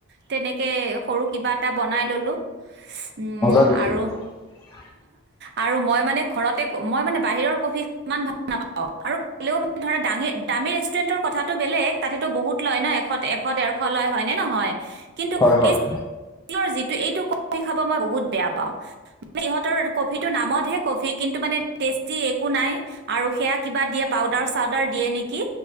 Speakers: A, on the right (about 50°); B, on the left (about 15°).
A: তেনেকে সৰু কিবা এটা বনাই ললো উম
B: <unintelligible>
A: আৰু আৰু মই মানে ঘৰতে মই মানে বাহিৰৰ কফি ইমান ভাল নাপাওঁ আৰু কলেও মানে ধৰা দামী ৰেষ্টুৰেণ্টৰ কথাটো বেলেগ তাতেতো বহুত লয় ন এশ এশ দেৰশ লয় হয়নে নহয়। কিন্তু
B: হয় হয়
A: এই যিটো এইটো কফি খাব মই বহুত বেয়া পাওঁ ইহঁতৰ কফিটো নামতহে কফি কিন্তু মানে টেষ্টি একো নাই আৰু সেয়া কিবা দিয়ে পাউডাৰ চাউদাৰ দিয়ে নেকি।